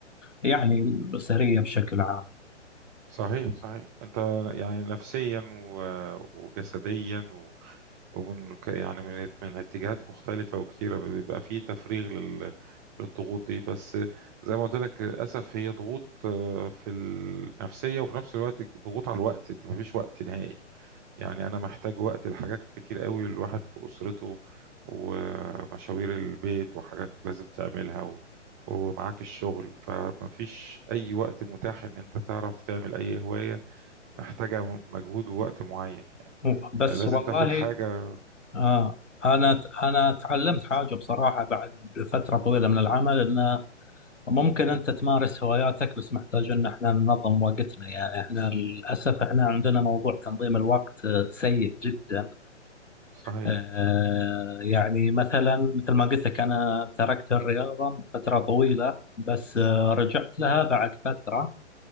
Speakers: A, on the left (about 90°); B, on the right (about 15°).
A: يعني الأسرية بشكل عام
B: صحيح صحيح انت يعني نفسيا و... وجسديا و... ومن ك- يعني من من اتجاهات مختلفة وكتيرة بيبقى فيه تفريغ لل... للضغوط دي بس زي ما قلت لك للأسف هي ضغوط آه، في النفسية وفي نفس الوقت ضغوط على الوقت انت مفيش وقت نهائي يعني أنا محتاج وقت لحاجات كتير قوي الواحد في أسرته ومشاوير البيت وحاجات لازم تعملها و... ومعاك الشغل فمفيش أي وقت متاح إن أنت تعرف تعمل أي هواية محتاجة مجهود ووقت معين يعني
A: و- بس
B: لازم
A: والله
B: تاخد حاجة
A: آه أنا أنا تعلمت حاجة بصراحة بعد فترة طويلة من العمل أنه ممكن أنت تمارس هواياتك بس محتاج أن احنا ننظم وقتنا يعني احنا للأسف احنا عندنا موضوع تنظيم الوقت آه، سيء جدا
B: صحيح
A: آه، يعني مثلا مثل ما قلت لك أنا تركت الرياضة من فترة طويلة بس آه، رجعت لها بعد فترة